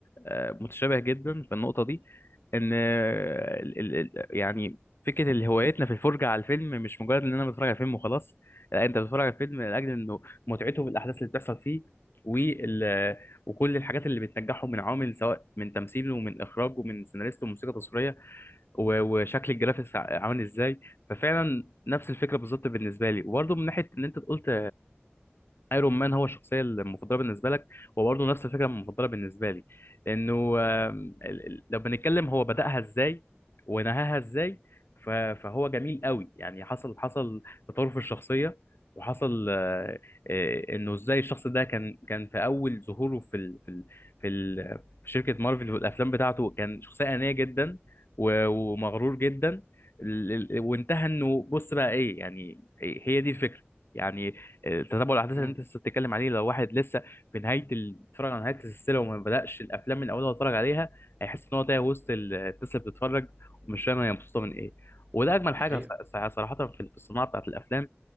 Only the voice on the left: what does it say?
آه، متشابه جدا في النقطه دي ان آه، ال- ال- ال- يعني فكره اللي هوايتنا في الفرجه على الفيلم مش مجرد ان انا بتفرج على فيلم وخلاص لا انت بتتفرج على الفيلم لاجل انه متعته بالاحداث اللي بتحصل فيه وال وكل الحاجات اللي بتنجحه من عوامل سواء من تمثيله ومن اخراجه ومن سيناريسته وموسيقى تصويريه و- وشكل الجرافيكس ع- عامل ازاي ففعلا نفس الفكره بالظبط بالنسبه لي وبرضه من ناحيه ان انت قلت ايرون مان هو الشخصيه المفضله بالنسبه لك وبرضه نفس الفكره المفضله بالنسبه لي لانه آم، ال- ال- لو بنتكلم هو بداها ازاي ونهاها ازاي ف- فهو جميل قوي يعني حصل حصل تطور في الشخصيه وحصل آه، آه، انه ازاي الشخص ده كان كان في اول ظهوره في ال في ال في, ال في شركه مارفل والافلام بتاعته كان شخصيه انانيه جدا و- ومغرور جدا ال- ال- وانتهى انه بص بقى ايه يعني إيه، هي دي الفكره يعني تتابع الاحداث
اللي انت لسه بتتكلم عليه لو واحد لسه في نهايه ال- بيتفرج على نهايه السلسله وما بداش الافلام من اولها واتفرج عليها هيحس ان هو تايه وسط ال- الناس اللي بتتفرج ومش فاهم هي مبسوطه من ايه وده اجمل
حاجه
ص- صراحه في في الصناعه بتاعت الافلام